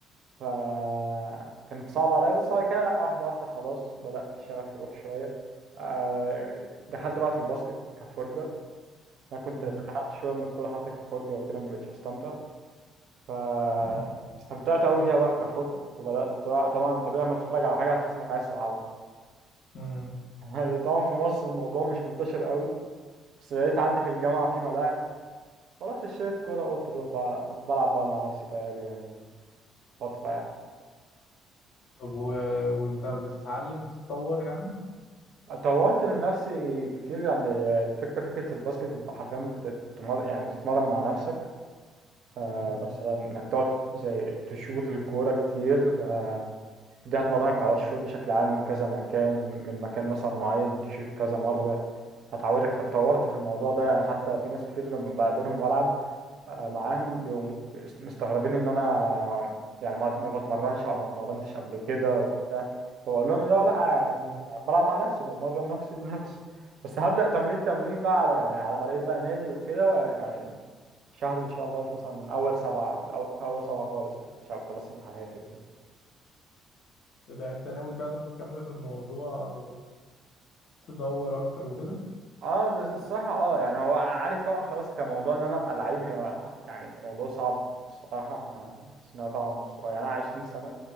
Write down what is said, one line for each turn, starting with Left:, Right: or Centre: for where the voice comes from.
Right: فكانت صعبة عليا بس بعد كده لأ واحدة واحدة خلاص بدأ الشغف يروح شوية آه، دخلت بقى في الباسكت كفرجة أنا كنت
Left: مم.
Right: اتخنقت شوية من الكورة حتى كفرجة وكده مبقتش أستمتع ف
Left: مم.
Right: استمتعت أوي فيها بقى كفرجة فبدأت طبعا طبعا طبيعي لما تتفرج على حاجة هتحس إنك عايز تلعبها
Left: مم.
Right: <laughs> طبعا في مصر الموضوع مش منتشر أوي بس لقيت عندي في الجامعة في ملاعب فرحت اشتريت كورة وقلت أروح بقى بلعب بقى مع نفسي بقى لي يعني فترة يعني
Left: طب و... وانت بتتعلم بتتطور يعني
Right: طورت من نفسي كتير يعني الفكرة فكرة الباسكت انت حرفيا ممكن تتمر... يعني تتمرن مع نفسك آه
Left: مم.
Right: مثلا انك تقعد زي تشوط الكورة كتير آه دي هتمرنك على الشوط بشكل عام من كذا مكان من مكان مثلا معين تشوط كذا مرة هتعودك فاتطورت في الموضوع ده يعني حتى في ناس كتير لما بقابلهم والعب آه، معاهم بيبقوا مستغربين ان انا يعني ما ما بتمرنش او ما اتمرنتش قبل كده وبتاع فبقول لهم اللي هو لا يعني
Left: مم.
Right: كنت يعني بلعب مع نفسي بمرن نفسي <laughs> بنفسي بس هبدأ تمرين تمرين بقى على يعني
Left: مم.
Right: على ما لقيت بقى نادي وكده يعني شهر ان شاء الله مثلا اول سبعة في الأول في اول سبعة خالص كده عشان أبقى خلصت امتحاناتي وكده
Left: اذا انت ناوي فعلا تكمل في الموضوع وتدور اكتر وكده
Right: اه بس الصراحة اه يعني هو انا عارف طبعا خلاص كموضوع ان انا ابقى لعيب هي يعني موضوع صعب الصراحة احنا سننا طبعا مش صغير يعني انا 20 سنة